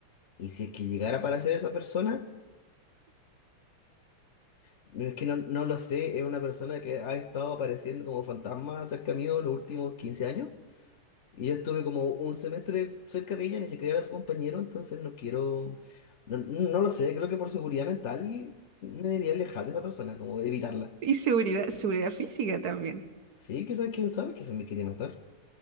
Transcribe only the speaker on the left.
Y si es que llegara para ser esa persona, bueno, es que no, no lo sé, es una persona que ha estado apareciendo como fantasma cerca mío los últimos 15 años. Y yo estuve como un semestre cerca de ella, ni siquiera era su compañero, entonces no quiero, no, no lo sé, creo que por seguridad mental me debería alejar de esa persona, como evitarla.
Sí, quizás, quién sabe, quizás me quiere matar.